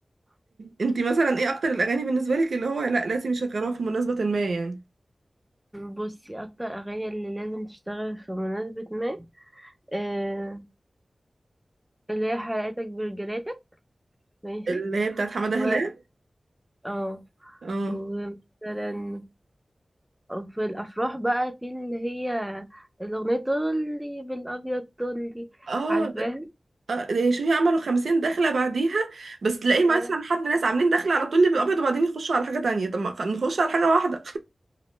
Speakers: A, on the right; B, in the centre.
A: انتي مثلا ايه اكتر الاغاني بالنسبة لك اللي هو لا لازم يشغلوها في مناسبة ما يعني
B: بصي اكتر اغاني اللي لازم تشتغل في مناسبة ما آه اللي هي حلقتك برجلاتك ماشي
A: اللي هي بتاعت حمادة
B: و
A: هلال
B: اه
A: اه
B: ومثلا في الافراح بقى في اللي هي الاغنية طولي بالابيض طولي
A: اه
B: عارفاها
A: ده- اه ده شوفي عملوا خمسين دخلة بعديها بس تلاقي
B: اه
A: مثلا حد ناس عاملين دخلة على طول الابيض وبعدين يخشوا على حاجة تانية طب ما نخش على حاجة واحدة